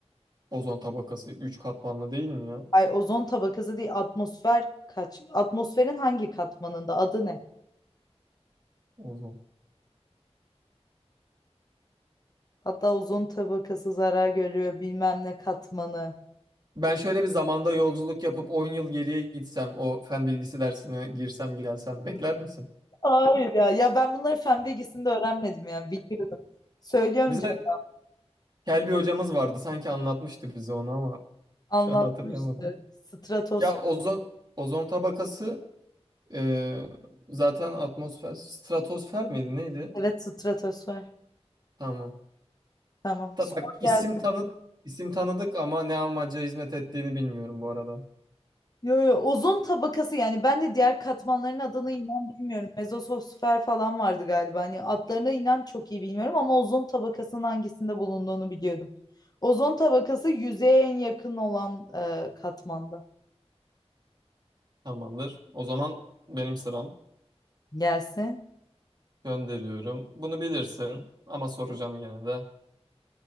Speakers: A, on the right; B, on the left.
A: Ozon tabakası 3 katmanlı değil mi ya?
B: Ay ozon tabakası değil atmosfer kaç? Atmosferin hangi katmanında? Adı ne?
A: Ozon.
B: Hatta ozon tabakası zarar görüyor bilmem ne katmanı.
A: Ben şöyle bir zamanda yolculuk yapıp 10 yıl geriye gitsem, o fen bilgisi dersine girsem gelsem bekler misin?
B: Hayır ya. Ya ben bunları fen bilgisinde öğrenmedim ya. Biliyordum. Söylüyorum
A: Bize
B: canım.
A: Kelbi hocamız vardı. Sanki anlatmıştı bize onu ama
B: Anlatmıştı.
A: şu an hatırlayamadım.
B: Stratosfer.
A: Ya ozon ozon tabakası e, zaten atmosfer stratosfer miydi neydi?
B: Evet stratosfer.
A: Tamam.
B: Tamam.
A: Ta-
B: Sor
A: bak
B: geldi.
A: isim tanıdık isim tanıdık ama ne amaca hizmet ettiğini bilmiyorum bu arada.
B: Yo, yo, ozon tabakası yani ben de diğer katmanların adını inan bilmiyorum. Mezosfer falan vardı galiba. Hani adlarına inan çok iyi bilmiyorum ama ozon tabakasının hangisinde bulunduğunu biliyordum. Ozon tabakası yüzeye en yakın olan e, katmanda.
A: Tamamdır. O zaman benim sıram.
B: Gelsin.
A: Gönderiyorum. Bunu bilirsin ama soracağım yine de.